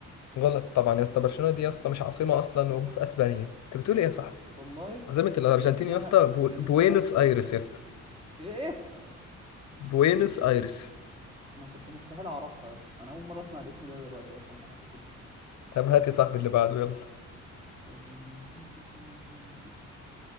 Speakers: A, on the left (about 65°); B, on the right (about 20°).
A: غلط طبعا يا اسطى برشلونه دي يا اسطى مش عاصمه اصلا وفي اسبانيا انت بتقول ايه يا صاحبي
B: والله
A: عاصمه الارجنتين
B: كان اسمها
A: يا اسطى بو...
B: كان
A: بوينوس
B: اسمها
A: ايرس يا اسطى
B: إيه إيه
A: بوينوس ايرس
B: أنا كنت مستحيل أعرفها يا اسطى أنا أول مرة أسمع الاسم ده دلوقتي أصلا في حياتي كلها
A: طب هات يا صاحبي اللي بعده يلا
B: يا دنيا هاتي كمان هاتي